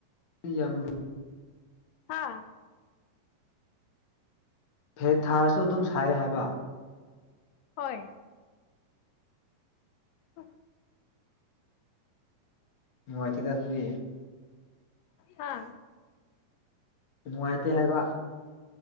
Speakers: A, on the left (about 65°); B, on the left (about 80°).
A: ꯌꯥꯝ ꯌꯥꯝ ꯂꯨ
B: ꯍꯥꯥ
A: ꯐꯦꯟ ꯊꯥꯔꯁꯨ ꯑꯗꯨꯝ ꯁꯥꯏ ꯍꯥꯏꯕ
B: ꯍꯣꯏ ꯍ
A: ꯅꯨꯡꯉꯥꯏꯇꯦꯗ ꯑꯗꯨꯗꯤ
B: ꯍꯥꯥ
A: ꯅꯨꯡꯉꯥꯏꯇꯦ ꯍꯥꯏꯕ